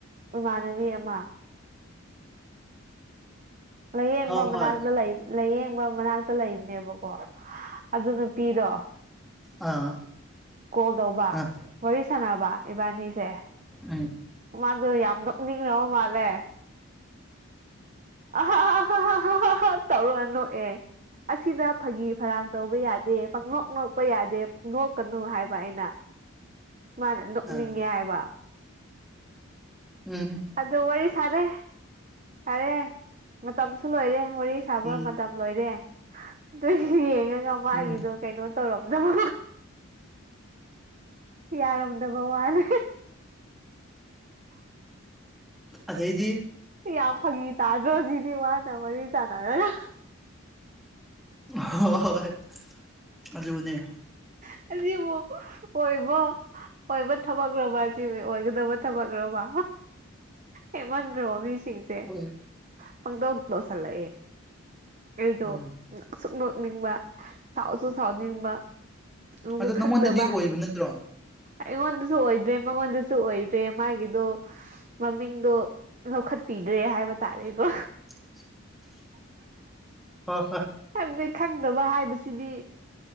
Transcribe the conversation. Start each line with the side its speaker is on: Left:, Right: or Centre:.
Right: ꯏꯃꯥꯟꯅꯕꯤ ꯑꯃ ꯂꯥꯏꯌꯦꯡꯕ
Centre: ꯍꯣꯏ
Right: ꯃꯅꯥꯛꯇ
Centre: ꯍꯣꯏ
Right: ꯂꯩꯕ ꯂꯥꯏꯌꯦꯡꯕ ꯃꯅꯥꯛꯇ ꯂꯩꯕꯅꯦꯕꯀꯣ ꯑꯗꯨ ꯅꯨꯄꯤꯗꯣ
Centre: ꯑꯥ
Right: ꯀꯣꯜ ꯇꯧꯕ
Centre: ꯑꯥ
Right: ꯋꯥꯔꯤ ꯁꯥꯟꯅꯕ ꯏꯕꯥꯅꯤꯁꯦ
Centre: ꯑꯝ
Right: ꯃꯥꯗꯨ ꯌꯥꯝ ꯅꯣꯛꯅꯤꯡꯔꯕꯥ ꯃꯥꯂꯦ ꯑ ꯍꯥ ꯍꯥ ꯍꯥ ꯍꯥ ꯍꯥ ꯍꯥ ꯇꯧꯔꯒ ꯅꯣꯛꯑꯦ ꯑꯁꯤꯗ ꯐꯥꯒꯤ ꯐꯔꯥꯡ ꯇꯧꯕ ꯌꯥꯗꯦ ꯄꯪꯅꯣꯛ ꯅꯣꯛꯄ ꯌꯥꯗꯦ ꯅꯣꯛꯀꯅꯨ ꯍꯥꯏꯕ ꯑꯩꯅ ꯃꯥꯅ ꯅꯣꯛꯅꯤꯡꯉꯦ
Centre: ꯑ
Right: ꯍꯥꯏꯕ
Centre: ꯎꯝ
Right: ꯑꯗꯨ ꯋꯥꯔꯤ ꯁꯥꯔꯦ ꯁꯥꯔꯦ ꯃꯇꯝꯁꯨ ꯂꯣꯏꯔꯦ ꯋꯥꯔꯤ ꯁꯥꯕ
Centre: ꯎꯝ
Right: ꯃꯇꯝ ꯂꯣꯏꯔꯦ ꯑꯗꯨ ꯌꯦꯡꯉꯒ ꯃꯥꯒꯤꯗꯣ
Centre: ꯎꯝ
Right: ꯀꯩꯅꯣ ꯇꯧꯔꯝꯗꯕ ꯌꯥꯔꯝꯗꯕ ꯋꯥꯅꯦ
Centre: ꯑꯗꯩꯗꯤ
Right: ꯌꯥꯝ ꯐꯥꯒꯤ ꯇꯥꯗ꯭ꯔꯣ ꯑꯗꯨꯗꯤ ꯋꯥꯅ ꯃꯔꯤ ꯆꯥꯟꯅꯔꯒ
Centre: ꯍꯣꯏ ꯍꯣꯏ ꯑꯗꯨꯅꯦ
Right: <unintelligible> ꯑꯣꯏꯕꯣ ꯑꯣꯏꯕ ꯊꯕꯛꯂꯣꯕ ꯑꯁꯤꯕꯨ ꯑꯣꯏꯒꯗꯕ ꯊꯕꯛꯂꯣꯕ ꯍꯦꯟꯃꯟꯗ꯭ꯔꯣ ꯃꯤꯁꯤꯡꯁꯦ
Centre: ꯍꯣꯏ
Right: ꯄꯪꯇꯧ ꯇꯧꯁꯜꯂꯛꯑꯦ ꯑꯩꯗꯣ
Centre: ꯎꯝ
Right: ꯅꯣꯛ ꯁꯨ ꯅꯣꯛꯅꯤꯡꯕ ꯁꯥꯎꯁꯨ ꯁꯥꯎꯅꯤꯡꯕ ꯑꯃꯨꯛꯁꯨ
Centre: ꯑꯗꯣ
Right: ꯈꯟꯗꯕ
Centre: ꯅꯪꯉꯣꯟꯗꯗꯤ ꯑꯣꯏꯕ ꯅꯠꯇ꯭ꯔꯣ
Right: ꯑꯩꯉꯣꯟꯗꯁꯨ ꯑꯣꯏꯗ꯭ꯔꯦ ꯃꯉꯣꯟꯗꯁꯨ ꯑꯣꯏꯗ꯭ꯔꯦ ꯃꯥꯒꯤꯗꯣ ꯃꯃꯤꯡꯗꯣ ꯂꯧꯈꯠꯄꯤꯗ꯭ꯔꯦ ꯍꯥꯏꯕ ꯇꯥꯔꯦꯀꯣ
Centre: <inaudible> ꯍꯣꯏ ꯍꯣꯏ
Right: ꯌꯥꯝ ꯅ ꯈꯪꯗꯕ ꯍꯥꯏꯕꯁꯤꯗꯤ